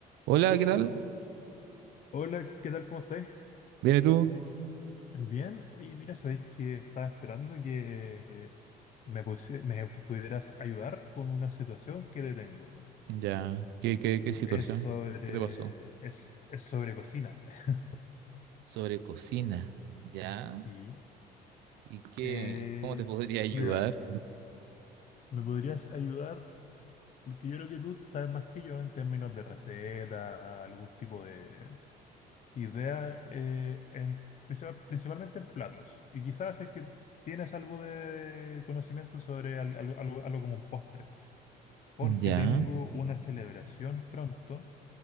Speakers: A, on the right; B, on the left.
A: Hola, ¿qué tal?
B: Hola, ¿qué tal? ¿Cómo estáis?
A: ¿Viene tú?
B: Bien, oye, mira, sabéis que estaba esperando que me, pusie- me pudieras ayudar con una situación que te tengo.
A: Ya, ¿qué, qué, qué situación?
B: Es sobre,
A: ¿Qué te pasó?
B: es, es sobre cocina. <laughs>
A: Sobre cocina, ¿ya?
B: Sí.
A: ¿Y qué?
B: Eh,
A: ¿Cómo te <laughs> podría ayudar?
B: mira, ¿me podrías ayudar? Porque yo creo que tú sabes más que yo en términos de receta, algún tipo de, idea eh, en, principal- principalmente en platos. Y quizás si es que tienes algo de conocimiento sobre al- algo, algo- algo como un postre, porque
A: Ya,
B: tengo una celebración pronto.